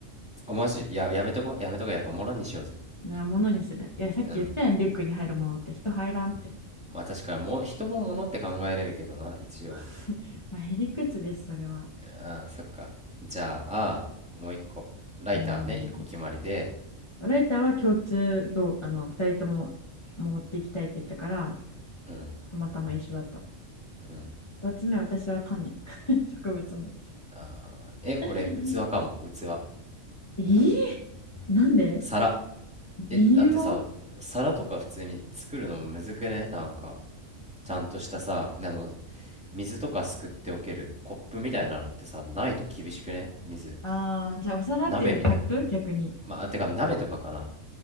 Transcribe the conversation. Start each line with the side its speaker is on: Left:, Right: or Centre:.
Centre: お、マジ、いや、やめとこ、やめとこ、やっぱもろにしようぜ。
Left: なものにする。いや、さっき言ったやん、
Centre: うん。
Left: リュックに入るものって人入らんって
Centre: まあ確かにも人も物って考えれるけどな一応
Left: <laughs>。まあ、へりくつです、それは。
Centre: あーそっかじゃあもう一個ライターね一個決まりで
Left: うん。ライターは共通度、あの、二人とも持っていきたいって言ったから、
Centre: うん
Left: たまたま一緒だった。
Centre: うん
Left: 二つ目は私は種 <laughs>。植物の
Centre: あーえ俺器かも器
Left: <laughs>。えー、なんで
Centre: 皿えだってさ皿とか普通に作るのむずくねなんか
Left: 理由は
Centre: ちゃんとしたさあの水とかすくっておけるコップみたいなのってさないと厳しくね水
Left: ああ、じゃあお皿っていうよりコップ逆に。
Centre: 鍋みたいなまあてか鍋とかかな